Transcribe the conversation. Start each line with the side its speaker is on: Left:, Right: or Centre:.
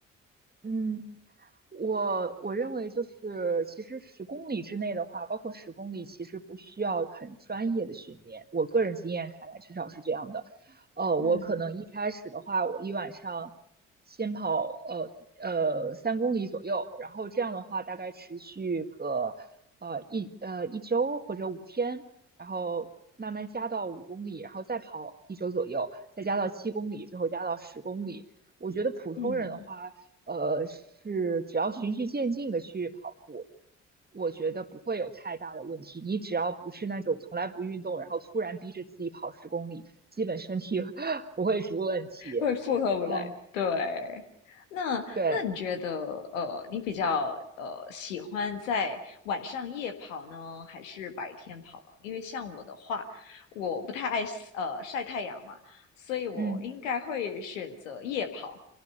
Right: 嗯，我我认为就是，其实十公里之内的话，包括十公里，其实不需要很专业的训练。我个人经验看来，至少是这样的。呃，我可能一开始的话，
Left: 嗯
Right: 我一晚上先跑呃呃三公里左右，然后这样的话大概持续个呃一呃一周或者五天，然后慢慢加到五公里，然后再跑一周左右，再加到七公里，最后加到十公里。我觉得普通人的话，
Left: 嗯。
Right: 呃，是只要循序渐进的去跑步，我觉得不会有太大的问题。你只要不是那种从来不运动，然后突然逼着自己跑十公里，基本身体 <laughs> 不会出问题。
Left: 会负荷不来。
Right: 哦，
Left: 对，那那你觉得，
Right: 对，
Left: 呃，你比较呃喜欢在晚上夜跑呢，还是白天跑呢？因为像我的话，我不太爱呃晒太阳嘛，所以我应该会选择夜跑。
Right: 嗯